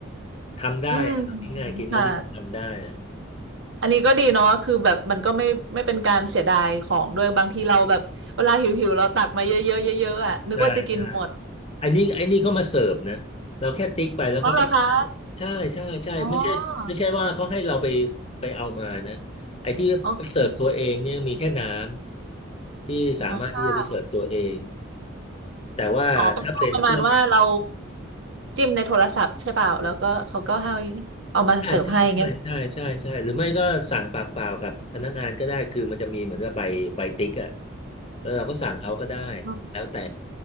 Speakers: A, on the left; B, on the right.
A: ทำได้อะง่ายๆกินเท่าที่ทำได้อะ
B: อืมค่ะอันนี้ก็ดีเนาะคือแบบมันก็ไม่ไม่เป็นการเสียดายของด้วยบางทีเราแบบเวลาหิวหิวเราตักมาเยอะๆเยอะๆอ่ะนึกว่าจะกินหมด
A: ใช่ใช่ไอ้นี่ไอ้นี่เขามาเสิร์ฟนะเราแค่ติ๊กไปแล้วเขาก็มาเสิร์ฟใช่ใช่ใช่ไม่ใช่ไม่ใช่ว่าเขาให้เราไป
B: อ๋อเหรอคะอ๋อ
A: ไปเอามานะไอ้ที่ไปเสิร์ฟตัวเองเนี่ยมีแค่น้
B: โอเค
A: ำที่สามารถที่จะไปเสิร์ฟตัวเอง
B: อ๋อค่ะ
A: แต่ว่าถ้าเป็นพวก
B: อ๋อเป็นพวกประมาณว่าเราจิ้มในโทรศัพท์ใช่เปล่าแล้วก็เขาก็ให้เอามาเสิร์ฟให้เงี้ย
A: ใช่ใช่ใช่ใช่ใช่ใช่หรือไม่ก็สั่งปากเปล่ากับพนักงานก็ได้คือมันจะมีเหมือนกับใบใบติ๊กอะแล้วเราก็สั่งเขาก็ได้
B: อืม
A: แล้วแต่